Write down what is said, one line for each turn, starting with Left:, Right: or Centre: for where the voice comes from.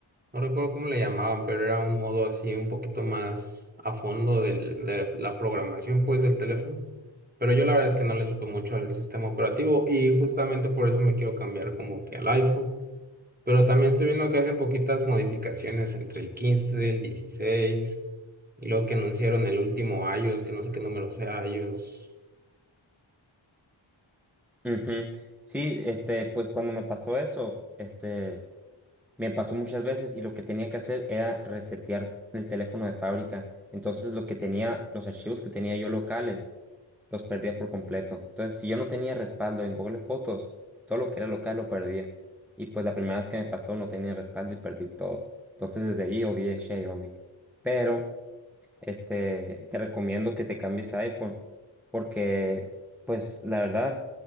Right: no recuerdo cómo le llamaban, pero era un modo así un poquito más a fondo del- de la programación pues del teléfono. Pero yo la verdad es que no le supe mucho al sistema operativo y justamente por eso me quiero cambiar como que al iPhone. Pero también estoy viendo que hacen poquitas modificaciones entre el 15, el 16 y luego que anunciaron el último iOS, que no sé qué número sea iOS.
Centre: Ujú. Sí, este, pues cuando me pasó eso, este... Me pasó muchas veces y lo que tenía que hacer era resetear el teléfono de fábrica. Entonces lo que tenía, los archivos que tenía yo locales, los perdía por completo. Entonces si yo no tenía respaldo en Google Fotos, todo lo que era local lo perdía. Y pues la primera vez que me pasó no tenía respaldo y perdí todo. Entonces desde ahí odié Xiaomi. Pero este, te recomiendo que te cambies a iPhone porque pues la verdad,